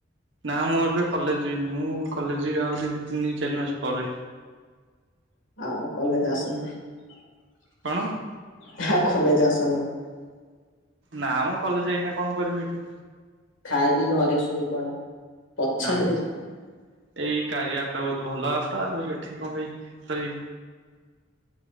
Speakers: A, on the right; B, on the left.
A: ନା ମୁଁ ଏବେ କଲେଜ ଯିବିନି ମୁଁ କଲେଜ ଯିବି ଆହୁରି ଦି ତିନି ଚାରି ମାସ ପରେ।
B: ଆଉ କଲେଜ ଆସନ୍ତୁ।
A: କଣ
B: ଆ କଲେ ଯ ଆସ ନା।
A: ନା ମୁ କଲେଜ ଯାଇକିନା କଣ କରିବି ଏଠି।
B: ଖାଇକି ଘରେ ଶୋଇପଡ। ପଛରେ
A: ନାଇଁ ଏଇ କାରିୟର ଟା ବହୁତ ଭଲ। ଟଛି ଏଠି କଣ ପାଇଁ କରି।